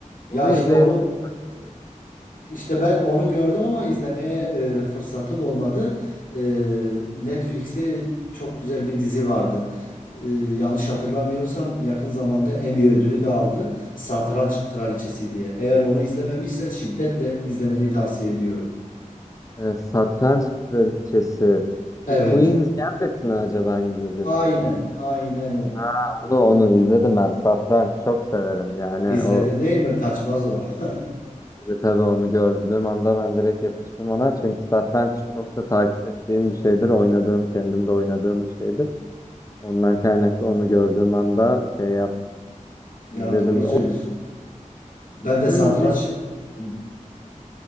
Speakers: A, on the left; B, on the left.
A: Ya
B: Onu izleyebiliriz
A: işte onu
B: bak gerçekten.
A: işte ben onu gördüm ama izlemeye e, fırsatım olmadı. E, Netflix'te çok güzel bir dizi vardı. E, yanlış hatırlamıyorsam yakın zamanda Emmy ödülü de aldı. Satranç Kraliçesi diye. Eğer onu izlememişsen şiddetle izlemeni tavsiye ediyorum.
B: E, Satranç Kraliçesi.
A: Evet.
B: The Queen's Gambit mi acaba İngilizcesi?
A: Aynen, aynen o.
B: Ha, onu onu izledim ben. Satranç çok severim. Yani
A: İzledin
B: o
A: değil mi? Kaçmaz o. <laughs>
B: E, Tabii onu gördüğüm anda ben direkt yapıştım ona. Çünkü satranç çok da takip ettiğim bir şeydir. Oynadığım, kendim de oynadığım bir şeydir. Ondan kaynaklı onu gördüğüm anda şey yaptım.
A: Ya
B: izledim.
A: doğru söylüyorsun. Ben
B: Onun
A: de satranç
B: bir şey
A: Hı.